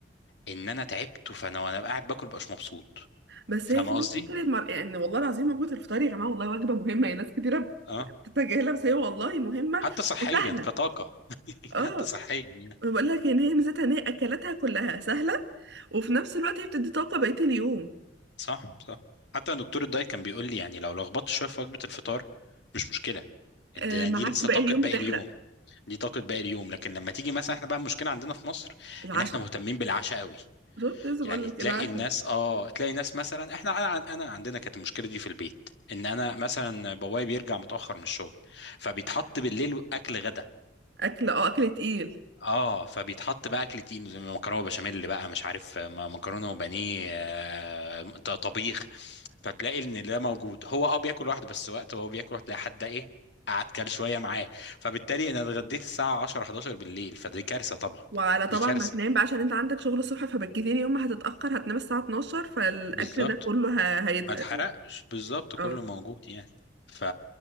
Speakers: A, on the left; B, on the right.
A: ان انا تعبت فانا وانا قاعد باكل مبقاش مبسوط
B: بس
A: فاهم
B: هي كمان
A: قصدي
B: فكره مر... يعني والله العظيم وجبه الفطار يا جماعه والله وجبه مهمه يعني ناس كتيره
A: اه
B: بتتجاهلها بس هي والله مهمه
A: حتى صحيا
B: وسهله
A: كطاقه <laughs>
B: اه
A: حتى صحيا يعني.
B: بقول لك ان هي ميزتها ان هي اكلاتها كلها سهله وفي نفس الوقت هي بتدي طاقه بقيه اليوم
A: صح صح حتى دكتور الداي كان بيقول لي يعني لو لخبطت شويه في وجبه الفطار مش مشكله
B: آه
A: ده-
B: معاك
A: دي لسه
B: باقي
A: طاقه
B: اليوم
A: باقي
B: بتحرق
A: اليوم دي طاقه باقي اليوم لكن لما تيجي مثلا احنا بقى المشكله عندنا في مصر
B: العشاء
A: ان احنا مهتمين بالعشاء قوي
B: بالظبط لسه بقول
A: يعني
B: لك
A: تلاقي
B: العشاء
A: الناس اه تلاقي ناس مثلا احنا انا أنا عندنا كانت المشكله دي في البيت ان انا مثلا بابايا بيرجع متاخر من الشغل فبيتحط بالليل اكل غدا
B: اكل اه اكل تقيل
A: اه فبيتحط بقى اكل تقيل زي مكرونه بشاميل بقى مش عارف آه، مكرونه وبانيه آه، ط- طبيخ فتلاقي ان ده موجود هو اه بياكل لوحده بس وقت وهو بياكل هتلاقي حد ايه قعد كل شويه معاه فبالتالي انا اتغديت الساعه 10 11 بالليل فدي كارثه طبعا
B: وعلى طبعا
A: دي كارثه
B: ما تنام بقى عشان انت عندك شغل الصبح فبالكتير يوم ما هتتأخر هتنام الساعة 12 فالاكل
A: بالظبط
B: ده كله ه... هيتقل
A: ما اتحرقش
B: يعني.
A: بالظبط كله
B: اه
A: موجود يعني ف...